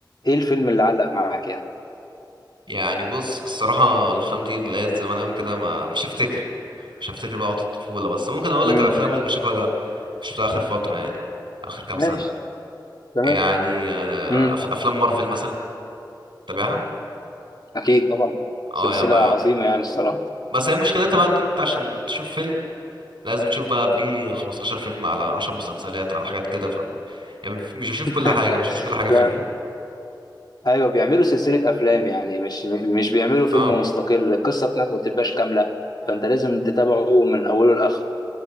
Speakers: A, on the left; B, on the right.
A: ايه الفيلم اللي علق معاك يعني
B: يعني بص الصراحه الافلام دي اللي هي زمان قوي كده ما مش هفتكر مش هفتكر بقى وقت الطفوله بس ممكن اقول
A: مم.
B: لك الافلام اللي بشوفها مش بتاع اخر فتره يعني اخر كام
A: ماشي
B: سنه
A: تمام
B: يعني آه،
A: امم
B: أف- افلام مارفل مثلا تابعها
A: اكيد طبعا
B: اه
A: سلسله
B: يعني ب...
A: عظيمه يعني الصراحه
B: بس هي مشكلتها بقى ان انت عشان تشوف فيلم لازم تشوف بقى قبليه 15 فيلم على 10 مسلسلات على حاجات كده ف... يعني مش بشوف كل
A: <laughs>
B: حاجه ما شفتش كل حاجه
A: لا
B: فيها
A: ايوه بيعملوا سلسله افلام يعني مش مش بيعملوا فيلم
B: اه
A: مستقل القصه بتاعته ما بتبقاش كامله فانت لازم تتابعه من اوله لاخره